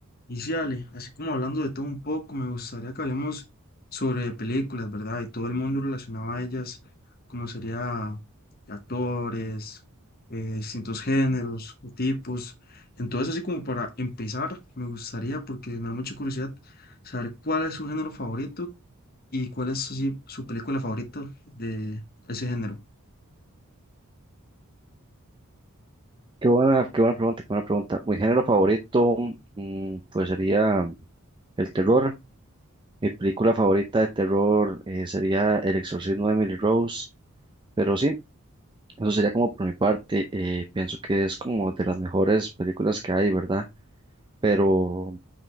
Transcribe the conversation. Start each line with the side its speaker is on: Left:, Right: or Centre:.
Left: Y sí, Ale, así como hablando de todo un poco, me gustaría que hablemos sobre películas, ¿verdad? Y todo el mundo relacionado a ellas, como sería actores, eh, distintos géneros, o tipos. Entonces, así como para empezar, me gustaría, porque me da mucha curiosidad, saber cuál es su género favorito y cuál es así, su película favorita de ese género.
Right: Qué buena, qué buena pregunta, qué buena pregunta. Mi género favorito, mm, pues sería el terror. Mi película favorita de terror eh, sería El Exorcismo de Emily Rose. Pero sí, eso sería como por mi parte. eh, pienso que es como de las mejores películas que hay, ¿verdad? Pero